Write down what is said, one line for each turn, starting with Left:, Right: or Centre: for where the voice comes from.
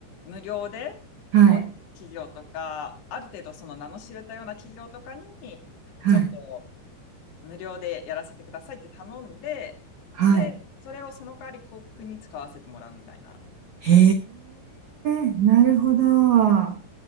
Left: 無料でお企業とか、
Right: はい。
Left: ある程度その名の知れたような企業とかに、
Right: はい。
Left: ちょっと無料でやらせてくださいって頼んで、
Right: はい。
Left: で、それをその代わり広告に使わせてもらうみたいなっ
Right: へえ、なるほど。いや、